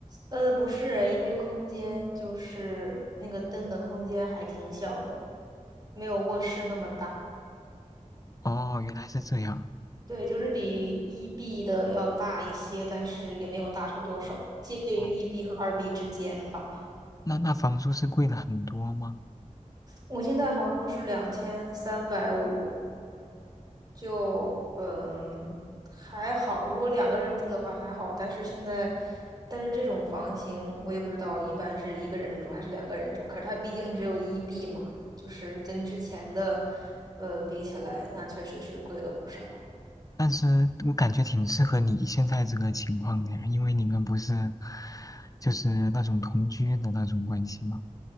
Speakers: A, on the right; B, on the left.
A: 呃，不是，因为空间就是那个凳的空间还挺小的，没有卧室那么大。
B: 哦，原来是这样。
A: 对，就是比一 B 的要大一些，但是也没有大出多少，介于一
B: 哦，
A: B 和二 B 之间吧。
B: 那那房租是贵了很多吗？
A: 我现在房租是两千三百五，就嗯还好，如果两个人住的话还好，但是现在，但是这种房型我也不知道一般是一个人住还是两个人住，可是它毕竟只有一 B 嘛，就是跟之前的呃比起来，那确实是贵了不少。
B: 但是我感觉挺适合你现在这个情况的呀，因为你们不是就是那种同居的那种关系嘛，